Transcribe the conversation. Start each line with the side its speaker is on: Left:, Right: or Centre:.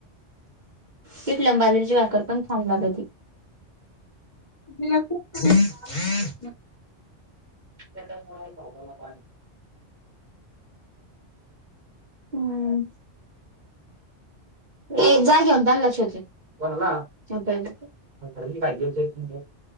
Right: पिठलं आणि बाजरीची भाकर पण छान लागती.
Left: <inaudible> हम्म -हम्म
Right: <inaudible> त्या पा हम् की जा घेऊन <inaudible> कोणाला <unintelligible> काहिज हो